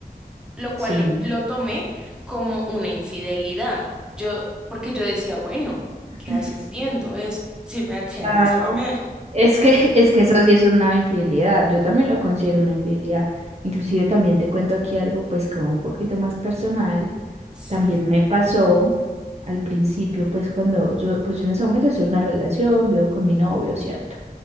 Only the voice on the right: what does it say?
Sí.
<clears throat>
Claro.
Es que, <laughs> es que eso sí es una infidelidad. Yo también lo considero una infidelidad. Inclusive también te cuento aquí algo pues como un poquito más personal.
También me pasó al principio pues cuando yo, pues yo en ese momento estoy en una relación, vivo con mi novio, ¿cierto?